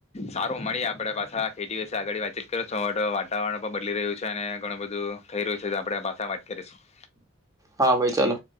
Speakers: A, on the left (about 30°); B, on the right (about 15°).
A: સારું મળીએ આપડે પાછા ખેતી વિશે આગળ વાતચીત કરીશું, હવે તો વાતાવરણ પણ બદલી રહ્યું છે, અને ઘણું બધું થઈ રહ્યું છે, તો આપડે પાછા વાત કરીશું.
B: હાં ભાઈ, ચાલો.